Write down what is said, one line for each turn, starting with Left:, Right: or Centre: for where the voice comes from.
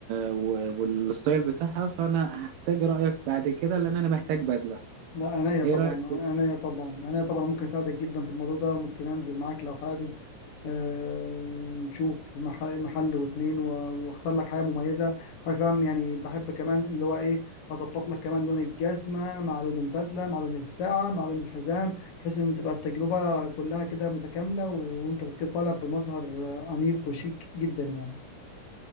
Right: و- والستايل بتاعها فأنا هحتاج رأيك بعد كده لأن أنا محتاج بدلة
Left: لا عينيا طبعا
Right: إيه رأيك
Left: عينيا طبعا عينيا طبعا ممكن اساعدك جدا في الموضوع ده وممكن انزل معاك لو حابب آه، نشوف مح- محل واتنين و- واختار لك حاجه مميزه وانا كمان يعني بحب كمان اللي هو ايه اظبط لك كمان لون الجزمه مع لون البدله مع لون الساعه مع لون الحزام بحيث ان تبقى التجربه كلها كده متكامله وانت كده طالع بمظهر آه، انيق وشيك جدا يعني